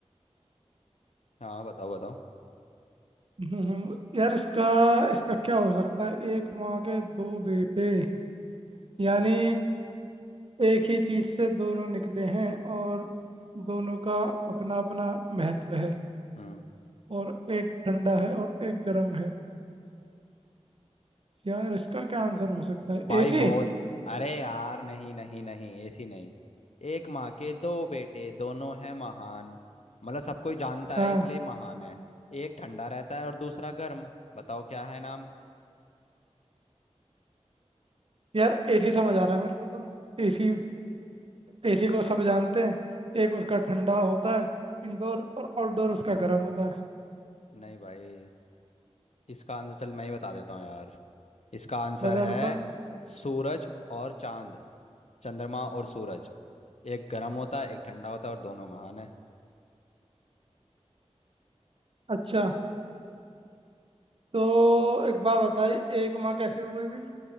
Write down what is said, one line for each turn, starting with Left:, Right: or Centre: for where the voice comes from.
Left: हाँ बताओ बताओ
Right: हम्म, हम्म। यार इसका इसका क्या हो सकता है एक माँ के दो बेटे यानी एक ही चीज से दोनों निकले हैं और दोनों का अपना अपना महत्व है
Left: हम्म
Right: और एक ठंडा है और एक गर्म है यार इसका क्या आंसर हो सकता है
Left: भाई
Right: एसी
Left: बहुत अरे यार नहीं नहीं नहीं ऐसी नहीं एक माँ के दो बेटे दोनों हैं महान मतलब सब कोई जानता
Right: हाँ
Left: है इसलिए महान है एक ठंडा रहता है और दूसरा गर्म बताओ क्या है नाम
Right: यार एसी समझ आ रहा है मेरे को तो एसी एसी को सब जानते हैं एक उसका ठंडा होता है इंडोर और आउटडोर उसका गर्म होता है
Left: नहीं भाई इसका आंसर चल मैं ही बता देता हूँ यार इसका आंसर
Right: बता
Left: है
Right: बता
Left: सूरज और चांद चंद्रमा और सूरज एक गर्म होता है एक ठंडा होता है और दोनों महान है
Right: अच्छा तो एक बात बताइए एक माँ कैसे हो गई भाई